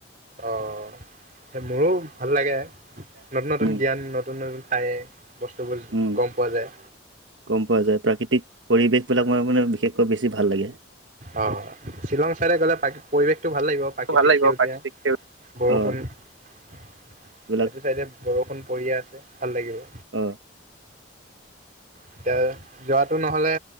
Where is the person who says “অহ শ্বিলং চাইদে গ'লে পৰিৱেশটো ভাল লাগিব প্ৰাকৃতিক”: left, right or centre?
Right